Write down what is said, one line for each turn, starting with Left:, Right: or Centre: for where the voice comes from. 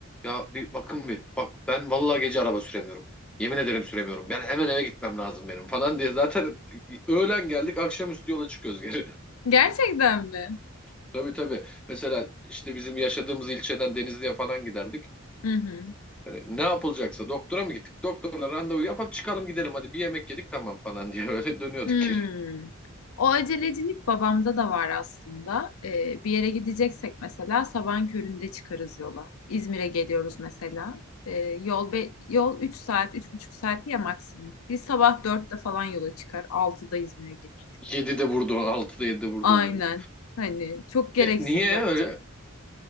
Centre: Ya bir bakın bir bak ben vallahi gece araba süremiyorum. Yemin ederim süremiyorum. Ben hemen eve gitmem lazım benim falan diye zaten <laughs> öğlen geldik akşamüstü yola çıkıyoruz geri.
Left: Gerçekten mi?
Centre: <laughs> Tabii tabii. Mesela işte bizim yaşadığımız ilçeden Denizli'ye falan giderdik.
Left: Hı hı.
Centre: Hani ne yapılacaksa doktora mı gittik? Doktorla randevu yapıp çıkalım gidelim hadi bir yemek yedik tamam falan diye öyle <laughs> dönüyorduk
Left: Hmm.
Centre: geri.
Left: O acelecilik babamda da var aslında. Ee, bir yere gideceksek mesela sabahın köründe çıkarız yola. İzmir'e geliyoruz mesela. Ee, yol be, yol 3 saat, üç buçuk saat ya maksimum. Biz sabah dörtte falan yola çıkar, altıda İzmir'e gelirdik.
Centre: 7'de vurdu, 6'da 7'de vurdu
Left: Aynen.
Centre: oluyoruz.
Left: Hani çok gereksiz
Centre: E, niye
Left: bence.
Centre: öyle?